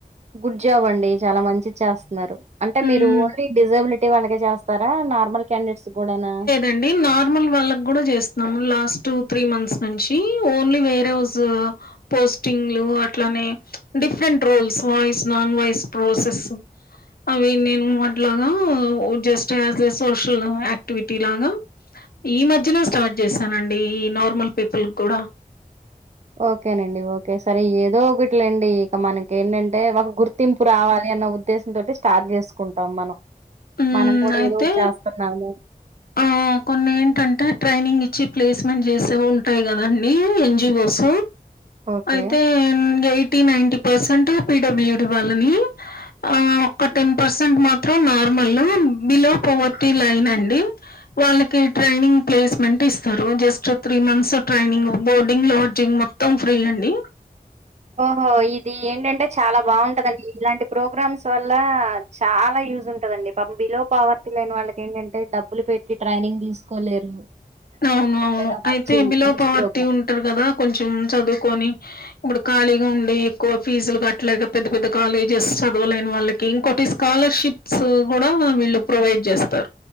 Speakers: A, on the right; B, on the left.
A: గుడ్ జాబ్ అండి చాలా మంచిది చేస్తున్నారు అంటే
B: ఉమ్
A: మీరు ఓన్లీ డిజబిలిటీ వాళ్ళకే చేస్తు స్తారా నార్మల్ క్యాండిడేట్స్ కూడానా
B: ండి నార్మల్ వాళ్ళకు కూడా చేస్తున్నాము లాస్ట్ త్రీ మంత్స్ నుంచి ఓన్లీ వేర ఎస్ పోస్టింగ్లు అట్లానే different roles voice non voice process అవి నేను అట్లాగా just as a social activity లాగా ఈ మధ్యనే స్టార్ట్ చేశానండి ఈ నార్మల్ పీపుల్ కూడా
A: ఓకేనండి ఓకే సరే ఏదో ఒకటిలేండి ఇక మనకి ఏంటంటే ఒక గుర్తింపు రావాలి అన్న ఉద్దేశం తోటి స్టార్ట్ చేసుకుంటాం మనం
B: హ్మ్
A: మనం కూడా
B: అయితే
A: ఏదోఒకటి చేస్తన్నాం గా
B: ఆ కొన్ని ఏంటంటే ట్రైనింగ్ ఇచ్చి ప్లేస్మెంట్ చేసేవి ఉంటాయి కదండి ఎన్జీవోస్
A: ఓకే.
B: అయితే ఎయిటీ నైటీ పర్సెంట్ పిడబ్ల్యూడి వాళ్ళని ఆ ఒక టెన్ పర్సెంట్ మాత్రం నార్మల్ బిలో పోవర్టీ లైన్ అండి వాళ్ళకి ట్రైనింగ్ ప్లేస్మెంట్ ఇస్తారు just three months training boarding lodging త్తం ఫ్రీ అండి
A: ఓహో ఇది ఏంటంటే చాలా బాగుంటదండి ఇలాంటి ప్రోగ్రామ్స్ వల్ల చాలా యూజ్ ఉంటాదండి పాపం బిలో పావర్టీ లైన్ వాళ్ళక ఏంటంటే టే డబ్బులు పెట్టి ట్రైనింగ్ తీసుకోలేరు
B: అవును
A: చక్కగా
B: అవును
A: మంచి
B: అయితే బిలో
A: మంచి
B: పవర్టీ
A: ప్రోగ్రామ్.
B: ఉంటారు కదా కొంచెం చదువుకొని ఇప్పుడు ఖాళీగా ఉండి ఎక్కువ ఫీజులు కట్టలేక పెద్ద పెద్ద కాలేజెస్ చదవలేని వాళ్ళకి ఇంకోటి స్కాలర్షిప్స్ కూడా వీళ్ళు ప్రొవైడ్ చేస్తారు